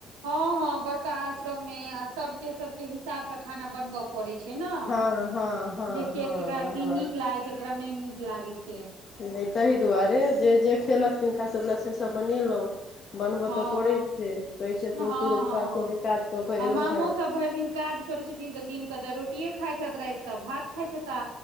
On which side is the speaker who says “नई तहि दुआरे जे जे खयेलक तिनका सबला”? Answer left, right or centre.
Left